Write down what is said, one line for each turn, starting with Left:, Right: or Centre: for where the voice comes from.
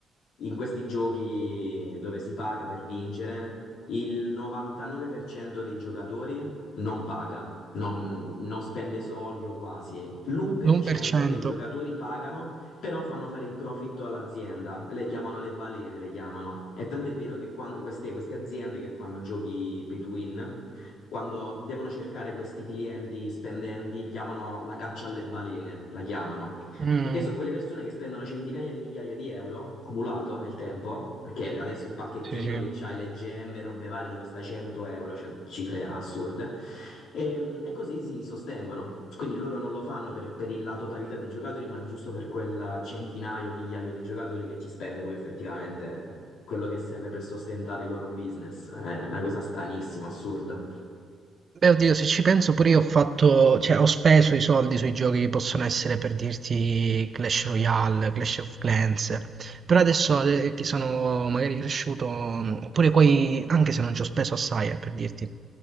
Left: in questi giochi dove si paga per vincere, il 99% dei giocatori non paga, non, non spende soldi o quasi. L'1%
Right: L'un per cento.
Left: dei giocatori pagano, però fanno fare il profitto all'azienda. Le chiamano le balene, le chiamano. E tant'è vero che quando queste, queste aziende che fanno giochi pay to win quando devono cercare questi clienti spendenti, chiamano la caccia alle balene, la chiamano.
Right: Mh,
Left: Perché sono quelle persone che spendono centinaia di migliaia di euro accumulato nel tempo, perché adesso il pacchettino
Right: sì, sì.
Left: che c'hai le gemme, robe varie, ti costa 100 euro, cioè cifre assurde, e, e così si sostengono. Quindi loro non lo fanno per, per la totalità dei giocatori, ma giusto per quel centinaio, migliaio di giocatori che ci spende poi effettivamente quello che serve per sostentare il loro business. È una cosa stranissima, assurda.
Right: Beh, oddio, se ci penso pure io ho fatto, cioè ho speso i soldi sui giochi che possono essere per dirti Clash Royale, Clash of Clans, però adesso eh, che sono magari cresciuto, mh, pure quei, anche se non ci ho speso assai, eh, per dirti,